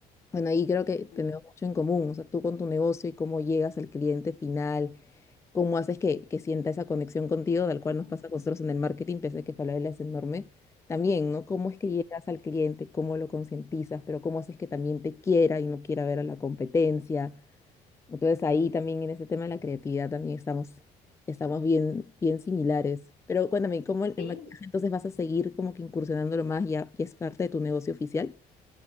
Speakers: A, on the left; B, on the left.
A: Bueno, ahí creo que tenemos
B: Mm.
A: mucho en común, o sea, tú con tu negocio y cómo llegas al cliente final cómo haces que, que sienta esa conexión contigo, tal cual nos
B: Mm.
A: pasa a nosotros en el marketing, pese a que Falabella es enorme. También, ¿no? Cómo es que
B: Sí,
A: llegas al cliente, cómo lo concientizas, pero cómo haces que también te quiera y no quiera ver a la competencia. Entonces ahí también en ese tema de la creatividad también estamos, estamos bien, bien similares. Pero cuéntame, ¿cómo el,
B: sí,
A: el maquillaje entonces vas a seguir como que incursionándolo más? ¿Ya, ya es parte de tu negocio oficial?